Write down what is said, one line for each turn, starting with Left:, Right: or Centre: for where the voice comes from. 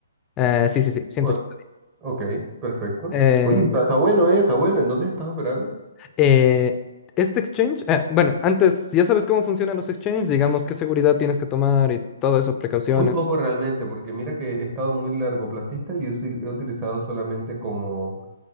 Left: Eh, sí, sí, sí, 180
Right: Bueno,
Left: días.
Right: Ok, perfecto.
Left: Eh,
Right: Oye, está, está bueno, ¿eh? Está bueno. ¿En dónde estás operando?
Left: eh, este exchange, eh, bueno, antes, ya sabes cómo funcionan los exchanges, digamos qué seguridad tienes que tomar y todo eso, precauciones.
Right: Muy poco realmente, porque mira que he estado muy largoplacista y usil- he utilizado solamente como